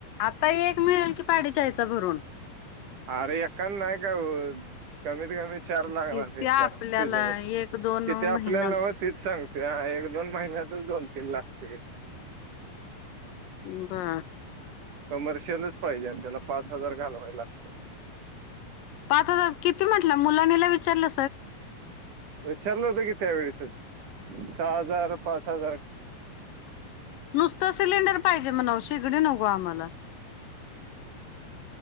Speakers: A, on the left (about 75°); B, on the right (about 60°).
A: आता एक मिळेल की पाडीच्यायचा भरून
B: आर एकान नाय का कमीत कमी चार लागणार
A: किती
B: तीन
A: आपल्याला
B: चार सीजन किथे
A: एक दोन
B: आपल्याला
A: महिनाच
B: नवं तीच सांग त्या एक दोन महिन्यात जोनशेन लागते
A: का
B: कमर्शियलच पाहिजे आणि त्याला पाच हजार घालवाय लागते
A: पाच हजार किती म्हट मुलानीला विचारलं
B: विचारलं होत की त्या वेळेसच सहा हजार पाच हजार
A: नुसतं सिलेंडर पाहिजे म्हणाव शिगडी नको आम्हाला